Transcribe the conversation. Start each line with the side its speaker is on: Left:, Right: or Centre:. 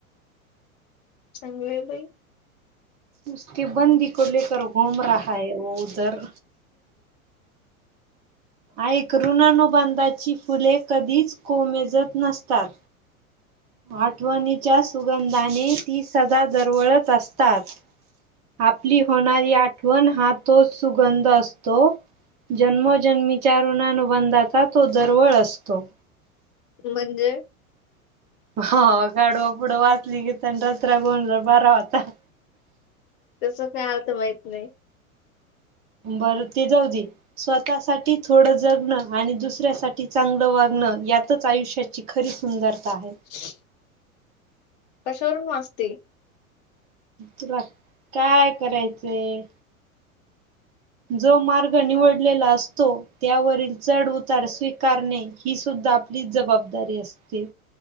Left: चांगलंय बाई.
Right: उसकी बंदी को लेकर घुम रहा है वो उधर. ऐक ऋणानुबंधाची फुले कधीच कोमेजत नसतात. आठवणीच्या सुगंधाने ती सदा दरवळत असतात. आपली होणारी आठवण हा तोच सुगंध असतो. जन्मोजन्मीच्या रुणानुबंधाचा तो दरवळ असतो.
Left: म्हणजे?
Right: ह गाढवापुढं वाचली गीता आणि रात्रीचा गोंधळ बरा होता.
Left: तेच काय अर्थ माहीत नाही.
Right: बरं. ते जाऊ दे. स्वतः साठी थोड जगणं. आणि दुसऱ्यासाठी चांगलं वागणं यातच आयुष्य ची खरी सुंदरता आहे.
Left: <unintelligible> कशावरून वाचते.
Right: तुला काय करायचंय? जो मार्ग निवडलेला असतो. त्यावरील चढ उतार स्वीकारणे. ही सुद्धा आपली जबाबदारी असते.